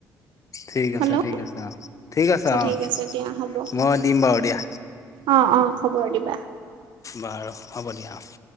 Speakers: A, on the left; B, on the right.
A: ঠিক আছে
B: হেল্ল'
A: ঠিক আছে অ' ঠিক আছে অ'
B: ঠিক আছে দিয়া হ'ব।
A: মই দিম বাৰু দিয়া।
B: অ', অ', খবৰ দিবা।
A: বাৰু হ'ব দিয়া অ'।